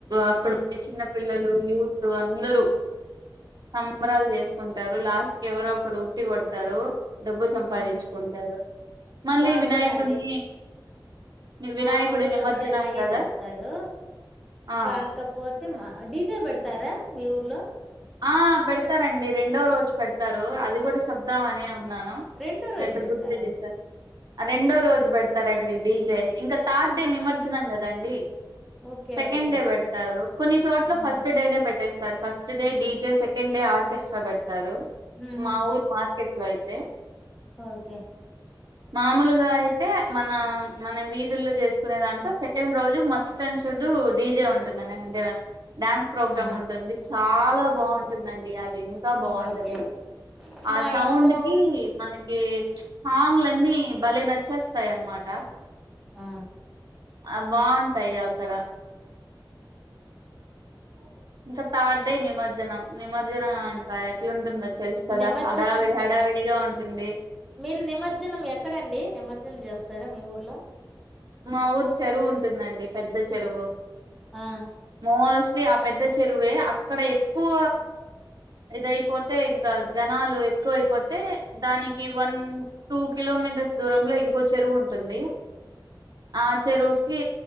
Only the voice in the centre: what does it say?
హ్మ్.
మాకు
గూడా అండి. మా
ఊర్లో
కూడా ఇలాగే
చేస్తారు
కాకపో తి మా డీజే పెడతారా మీ ఊర్లో
రెండో రోజు
పెడతారా
ఆహా
ఓకే
ఓకే
హుహు.
హుహు.
ఓకే
ఆ
ఓకే
మా
ఇంట్లో
ఆ
అ
నిమజ్జనం
మీరు నిమర్జనం ఎక్కడండి నిమర్జనం చేస్తారా మీ ఊర్లో
ఆ